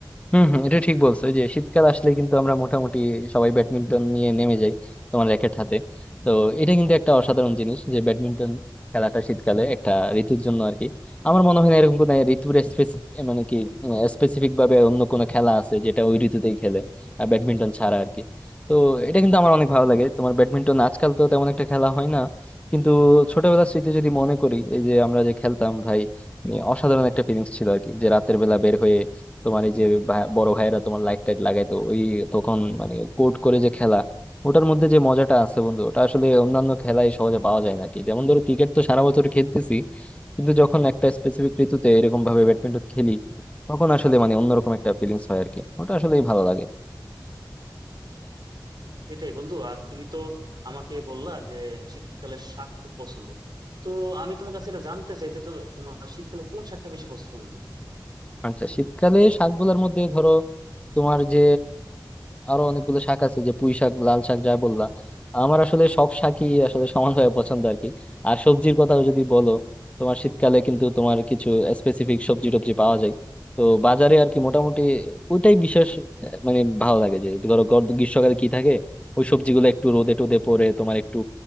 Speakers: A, on the left (about 15°); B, on the right (about 65°).
A: হম হম এটা ঠিক বলছো এই যে শীতকাল আসলে কিন্তু আমরা মোটামুটি সবাই ব্যাডমিন্টন নিয়ে নেমে যাই তোমার র্যাকেট হাতে তো এটা কিন্তু একটা অসাধারণ জিনিস যে ব্যাডমিন্টন খেলাটা শীতকালে একটা ঋতুর জন্য আর কি আমার মনে হয় না এরকম কোনো ঋতুর স্পেসিফিক মানে কি স্পেসিফিক ভাবে অন্য কোনো খেলা আছে যেটা ওই ঋতুতেই খেলে আর ব্যাডমিন্টন ছাড়া আর কি তো এটা কিন্তু আমার অনেক ভালো লাগে তোমার ব্যাডমিন্টন আজকাল তো তেমন একটা খেলা হয় না কিন্তু ছোটবেলার স্মৃতি যদি মনে করি এই যে আমরা যে খেলতাম ভাই এ অসাধারণ একটা ফিলিংস ছিল আর কি যে রাতের বেলা বের হয়ে তোমার এই যে ভাই- বড় ভাইয়েরা তোমার লাইট টাইট লাগাইতো ওই তখন মানে কোর্ট করে যে খেলা ওটার মধ্যে যে মজাটা আছে বন্ধু ওটা আসলে অন্যান্য খেলায় সহজে পাওয়া যায় না আর কি যেমন ধরো ক্রিকেট তো সারা বছর খেলতেছি কিন্তু যখন একটা স্পেসিফিক ঋতুতে এরকম ভাবে ব্যাডমিন্টন খেলি তখন আসলে মানে অন্যরকম একটা ফিলিংস হয় আর কি ওটা আসলেই ভালো লাগে
B: সেটাই বন্ধু আর তুমি তো আমাকে বললা যে শীতকালে শাক খুব পছন্দ তো আমি তোমার কাছে এটা জানতে চাই যে তো তোমার শীতকালে কোন শাকটা বেশি পছন্দ
A: আচ্ছা শীতকালে শাকগুলোর মধ্যে ধরো তোমার যে আরো অনেকগুলো শাক আছে যে পুঁই শাক লাল শাক যা বললা
B: হুম
A: আমার আসলে সব শাকই আসলে সমানভাবে পছন্দ আর কি আর সবজির কথা যদি বলো তোমার শীতকালে কিন্তু তোমার কিছু স্পেসিফিক সবজি টবজি পাওয়া যায় তো বাজারে আর কি মোটামুটি ওইটাই বিশেষ আহ, মানে ভালো লাগে যে ধরো গর- গ্রীষ্মকালে কি থাকে ওই সবজিগুলো একটু রোদে টোদে পড়ে তোমার একটু